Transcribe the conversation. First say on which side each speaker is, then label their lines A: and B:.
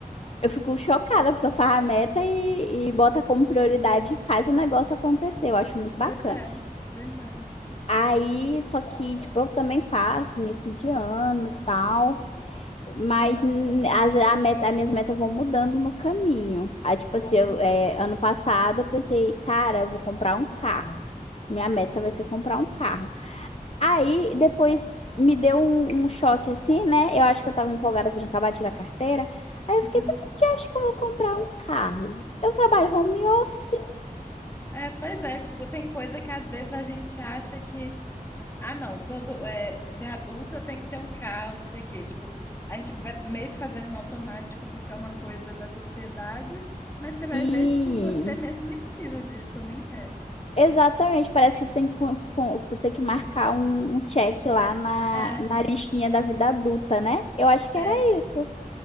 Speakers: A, on the left; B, on the left.
A: Eu fico chocada, a pessoa faz a meta e, e bota como prioridade e faz o negócio acontecer. Eu acho muito bacana.
B: Pois é, verdade.
A: Aí, só que, tipo, eu também faço início de ano e tal. Mas n- as, a meta, as minhas metas vão mudando no caminho. Aí, tipo assim, eu,
B: Uhum.
A: é, ano passado eu pensei, cara, eu vou comprar um carro. Minha meta vai ser comprar um carro. Aí depois me deu um, um choque assim, né? Eu acho que eu tava empolgada porque eu tinha acabado de tirar a carteira. Aí eu
B: <laughs>
A: fiquei, por que tu acha que eu vou comprar um carro? Eu trabalho home office.
B: É, pois é, tipo, tem coisa que às vezes a gente acha que, ah, não, todo, é, ser adulto eu tenho que ter um carro, não sei o quê. Tipo, a gente vai meio que fazendo no automático porque é uma coisa da sociedade, mas você
A: Sim,
B: vai ver, tipo, você mesmo nem precisa disso, nem quer.
A: Exatamente, parece que tem, com, com- tu tem que marcar um, um check lá na,
B: É,
A: na listinha da vida adulta, né? Eu acho que
B: é,
A: era isso.